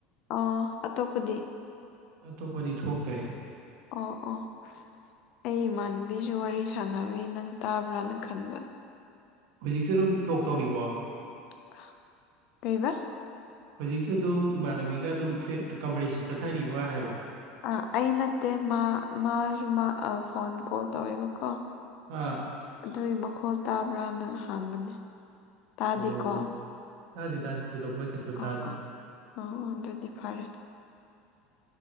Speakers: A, on the left; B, on the right.
A: ꯑꯣ ꯑꯇꯣꯞꯄꯗꯤ
B: ꯑꯇꯣꯞꯄꯗꯤ ꯊꯣꯛꯇ꯭ꯔꯦ
A: ꯑꯣ ꯑꯣ ꯑꯩ ꯏꯃꯥꯟꯅꯕꯤꯁꯨ ꯋꯥꯔꯤ ꯁꯥꯟꯅꯕꯩ ꯅꯪ ꯇꯥꯕ꯭ꯔꯥꯅ ꯈꯟꯕ
B: ꯍꯧꯖꯤꯛꯁꯦ ꯑꯗꯨꯝ ꯇꯣꯛ ꯇꯧꯔꯤꯕꯣ
A: <unintelligible> ꯀꯩꯕꯥ
B: ꯍꯧꯖꯤꯛꯁꯨ ꯑꯗꯨꯝ ꯏꯃꯥꯟꯅꯕꯤꯒ ꯑꯗꯨꯝ ꯐꯦꯟ ꯀꯝꯄꯤꯔꯤꯁꯟ ꯆꯠꯊꯔꯤꯕ ꯍꯥꯏꯕ
A: ꯑ ꯑꯩ ꯅꯠꯇꯦ ꯃꯥ ꯃꯥꯁꯨ ꯐꯣꯟ ꯀꯣꯜ ꯇꯧꯋꯦꯕꯀꯣ
B: ꯑꯥ
A: ꯑꯗꯨꯏ ꯃꯈꯣꯜ ꯇꯥꯕ꯭ꯔꯥꯅ ꯍꯥꯡꯕꯅꯦ ꯇꯥꯗꯦꯀꯣ
B: ꯑꯣ ꯇꯥꯗꯦ ꯇꯥꯗꯦ ꯊꯣꯏꯗꯣꯛꯄ ꯀꯩꯁꯨ
A: ꯑꫭ
B: ꯇꯥꯗꯦ
A: ꯑꫭ ꯑꫭ ꯑꯗꯨꯗꯤ ꯐꯔꯦ